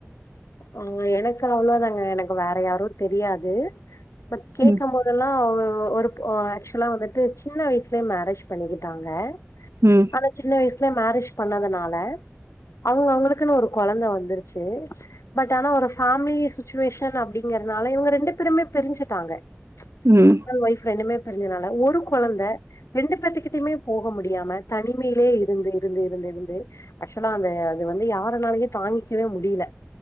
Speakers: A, on the left; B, on the right.
A: அங்க எனக்கு அவ்ளோதாங்க எனக்கு வேற யாரு தெரியாது பட் கேக்கும்
B: ம்
A: போதெல்லா ஒ ஒரு ஆ ஆக்சுவலா வந்துட்டு சின்ன வயசுலயே மேரேஜ் பண்ணிக்கிட்டாங்க
B: ம்
A: அந்த சின்ன வயசு ல மேரேஜ் பண்ணதுனால அவுங்க அவங்களுக்குன்னு ஒரு கொழந்தை வந்துருச்சு பட் ஆனா ஒரு ஃபேமிலி சுச்சுவேஷன் அப்டிங்கறனால இவங்க ரெண்டு பேருமே பிரிஞ்சுட்டாங்க
B: ம்
A: ஹஸ்பண்ட் ஒய்ப் ரெண்டுமே பிரிஞ்சதனால ஒரு கொலந்த ரெண்டு பேத்துக்கிட்டயுமே போக முடியாம தனிமையிலயே இருந்து-இருந்து-இருந்து-இருந்து ஆக்சுவலா அந்த அது வந்து யாரனாலயே தாங்கிக்கவே முடியல